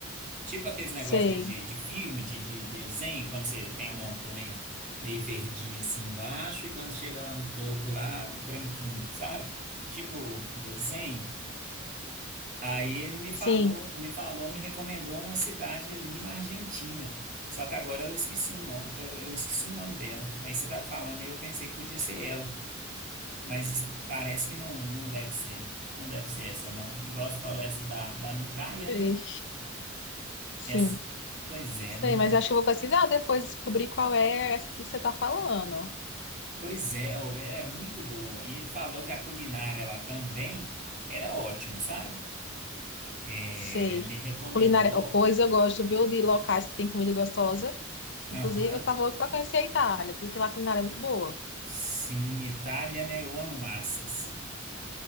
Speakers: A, on the right (about 40°); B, on the left (about 60°).
A: Tipo aqueles negócios
B: sei.
A: de, de, de filme, de, de desenho, quando você tem a montanha meio verdinha, assim, embaixo, e quando chega lá no topo, lá, branquinho, sabe? Tipo, desenho. Aí ele me falou,
B: Sim,
A: me falou, me recomendou uma cidade ali na Argentina. Só que agora eu esqueci o nome, eu, eu esqueci o nome dela. Aí você estava falando e eu pensei que podia ser ela, mas parece que não, não deve ser, não deve ser essa não. Igual você falou essa da da Praia,
B: sei.
A: né?
B: Sim.
A: Essa, pois é,
B: Sei,
A: não,
B: mas acho que eu vou precisar depois descobrir qual é essa que você está falando.
A: pois é, ô, é muito boa. E ele falou que a culinária lá também era ótima, sabe? É,
B: Sei.
A: ele recomendou.
B: Culinária. oh, Pois eu gosto, viu, de locais que tem comida gostosa. Inclusive,
A: Aham.
B: eu estava louco para conhecer a Itália. Dizem que lá a culinária é muito boa.
A: Sim, Itália, né? Eu amo massas.